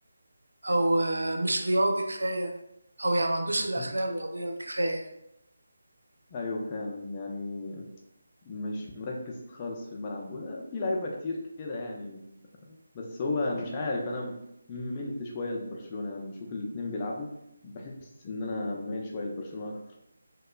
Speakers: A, on the right; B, on the left.
A: او آه، مش رياضي كفايه او يعني ما عندوش الاخلاق
B: <laughs>
A: الرياضيه الكفايه
B: ايوه فعلا يعني مش مركز خالص في الملعب وده في لعيبه كتير كده يعني بس هو مش عارف انا ملت شويه لبرشلونه لما بشوف الاتنين بيلعبوا بحس ان انا مايل شويه لبرشلونه اكتر